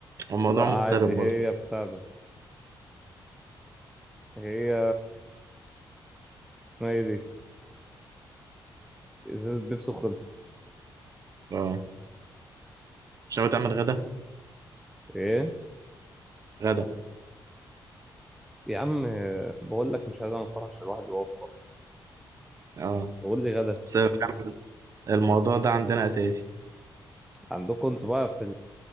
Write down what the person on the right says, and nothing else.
هو الموضوع
مختلف
برضه
اه مش ناوي تعمل غدا
غدا
اه
بس فعلاً الموضوع ده عندنا اساسي